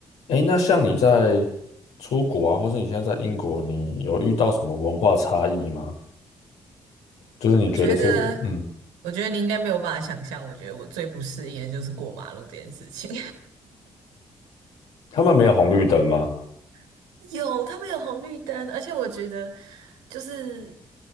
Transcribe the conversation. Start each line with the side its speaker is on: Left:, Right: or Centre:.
Left: 诶，那像你在出国啊，或是你现在在英国，你有遇到什么文化差异吗？就是你觉得是，
Right: 我觉得，
Left: 嗯，
Right: 我觉得你应该没有办法想象，我觉得我最不适应的就是过马路这件事情。
Left: 他们没有红绿灯吗？
Right: <laughs> 有，他们有红绿灯，而且我觉得就是